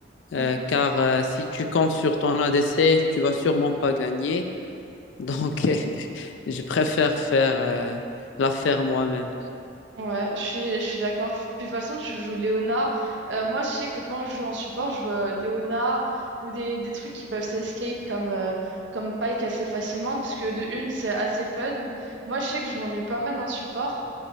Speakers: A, on the left; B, on the right.
A: euh,
B: Mm.
A: car euh, si tu comptes sur ton ADC, tu vas sûrement pas gagner. Donc, <laughs> je préfère faire euh, la faire moi-même.
B: Ouais, je suis, je suis d'accord. Puis de toute façon, tu joues Léona. Euh, moi, je sais que quand je joue en support, je joue euh, Léona ou des, des trucs qui peuvent s'escape comme, euh, comme Pike assez facilement, parce que de une, c'est assez fun. Moi, je sais que je m'ennuie pas mal en support